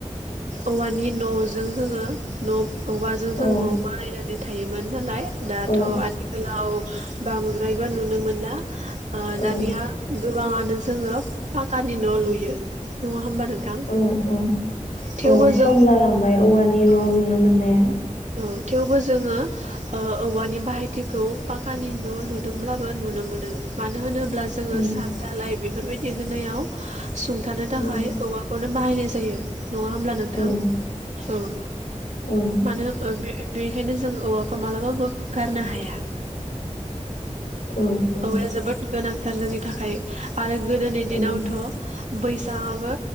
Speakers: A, on the right; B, on the left.
A: औवानि नजों जोङो न औवाजों जों
B: औ
A: न बानायनानै थायोमोन नालाय दाथ
B: औ
A: आथिखालाव बांद्रायबो नुनो मोनला आ
B: औ
A: दानिया गोबाङानो ज जोङो फाकानि न लुयो नङा होमबा नोंथां
B: औ औ
A: थेवबो
B: औ
A: जों
B: खम जालांबाय औवानि न
A: औ
B: नुनो मोननाया
A: औ थेवबो जोङो ओ औवानि बाहायथिखौ पाकानि न लुदोंब्लाबो नुनो मोनो मानो होनोब्ला ब्ला जोङो
B: औ
A: साब दालाय बे बेफोरबायदि होनायाव सुंथानो थाखाय
B: औ
A: औवाखौनो बाहायनाय जायो नङा होमब्ला नोंथां
B: औ
A: औ
B: औ
A: मानो बे बेनिखायनो जों औवाखौ मालाबाबो गारनो हाया
B: औ औ
A: औवाया जोबोद गोनांथार जोंनि थाखाय आरो गोदोनि दिनावथ
B: औ
A: बैसङाबो